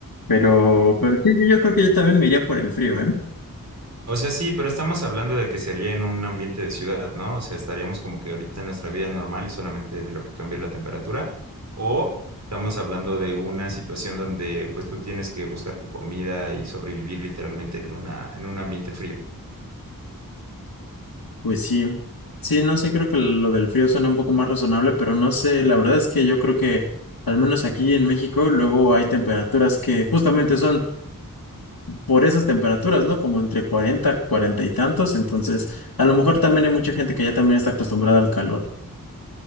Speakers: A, on the left (about 80°); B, on the right (about 50°).
A: Pero, pero sí, yo creo que yo también me iría por el frío, ¿eh?
B: O sea, sí, pero estamos hablando de que sería en un ambiente de ciudad, ¿no? O sea, estaríamos como que ahorita en nuestra vida normal y solamente lo que cambia es la temperatura. O estamos hablando de una situación donde pues tú tienes que buscar tu comida y sobrevivir literalmente en una, en un ambiente frío.
A: Pues sí, sí, no, sí creo que lo del frío suena un poco más razonable, pero no sé, la verdad es que yo creo que al menos aquí en México luego hay temperaturas que justamente son por esas temperaturas, ¿no? Como entre 40, 40 y tantos. Entonces, a lo mejor también hay mucha gente que ya también está acostumbrada al calor.